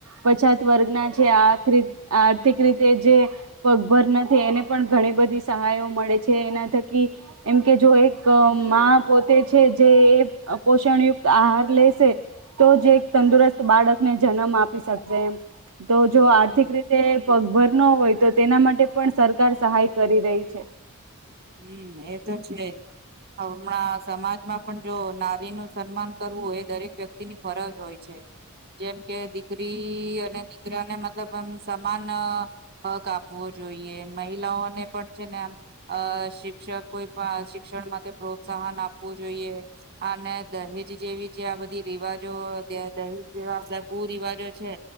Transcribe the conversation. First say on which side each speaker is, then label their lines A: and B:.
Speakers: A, on the right; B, on the right.
A: પછાત વર્ગના જે આ આર્થિક રીતે જે પગભર નથી એને પણ ઘણી બધી બધી સહાયો મળે છે એના થકી એમ કે જો એક માં પોતે છે જે પોષણયુક્ત આહાર લેશે તો જે એક તંદુરસ્ત બાળકને જન્મ આપી શકેશે તો જો આર્થિક
B: હમ
A: રીતે પગભર ન હોય તો તેના માટે પણ સરકાર સહાય કરી રહી છે
B: હમ્મ એ તો છેજ હમણાં સમાજમાં પણ જો નારી નું સન્માન કરવું એ દરેક વ્યક્તિ ની ફરજ હોય છે જેમ કે દીકરી અને દીકરાને મતલબમ સમાન હક આપવો જોઈએ મહિલાઓને પણ છે ને આમ અ શિક્ષક કોઈ પણ શિક્ષણ માટે પ્રોત્સાહન આપવું જોઈએ અને દહેજ જેવી છે આ બધી રિવાજો દહીજ જેવા બધા કુ રિવાજો છે